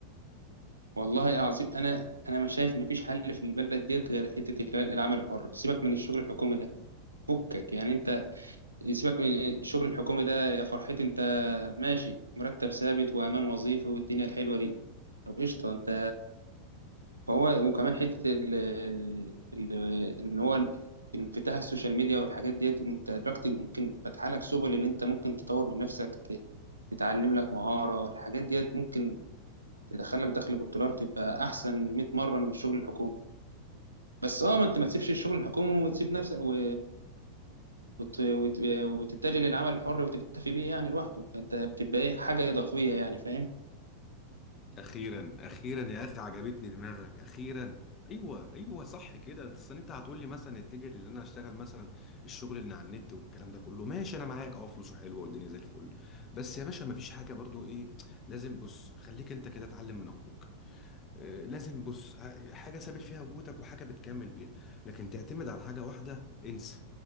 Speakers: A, on the right; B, on the left.
A: والله عظيم انا انا مش شايف ان فيش حل في البلد ديت غير حته اللي هو العمل الحر سيبك من الشغل الحكومي ده فكك يعني انت سيبك من الشغل الحكومي ده يا فرحتي انت ماشي مرتب ثابت وامان وظيفي والدنيا الحلوه دي طب قشطه انت فهو وكمان حته ال ال ان هو انفتاح السوشيال ميديا والحاجات ديت انت دلوقتي ممكن فاتحه لك سبل ان انت ممكن تطور من نفسك ت- تتعلم لك مهاره الحاجات ديت ممكن تدخلك دخل بالدولار تبقى احسن 100 مره من الشغل الحكومي بس اه ما انت ما تسيبش الشغل الحكومي وتسيب نفسك و... وت... وت... وتتجه للعمل الحر وتكتفي بيه يعني لوحده فانت بتبقى ايه حاجه اضافيه يعني فاهم
B: اخيرا اخيرا يا اخي عجبتني دماغك اخيرا ايوه ايوه صح كده انت اصل انت هتقول لي مثلا اتجه لان انا اشتغل مثلا الشغل اللي على النت والكلام ده كله ماشي انا معاك اه فلوسه حلوه والدنيا زي الفل بس يا باشا مفيش حاجه برضو ايه لازم بص خليك انت كده اتعلم من اخوك آه، لازم بص ع- حاجه ثابت فيها وجودك وحاجه بتكمل بيها لكن تعتمد على حاجه واحده انسى